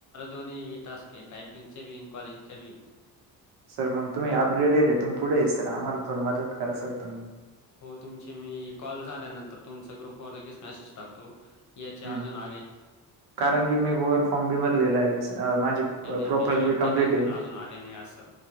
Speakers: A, on the left; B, on the right.
A: नवीन टास्के येतात. टायपिंगचे बी, कॉलिंगचे बी
B: सर, मग तुम्ही अपग्रेड एरियातून पुढे ये सर, आम्हाला थोडं मदत करा. सर तुम्ही
A: हो, तुमची मी कॉल झाल्यानंतर तुमचा ग्रुपवर लगेच मेसेज टाकतो. याचे
B: हं.
A: अजून आले
B: कारण की मी गुगल फॉर्म बी भरलेला आहे माझी प्रोफाईल
A: नाही मी जॉईन
B: बी
A: केलंय
B: कंप्लीट आहे
A: पण अजून आले नाही असं.